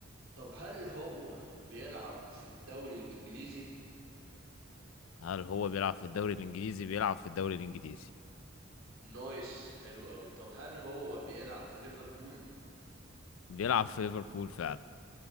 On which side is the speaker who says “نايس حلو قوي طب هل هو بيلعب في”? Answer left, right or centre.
Right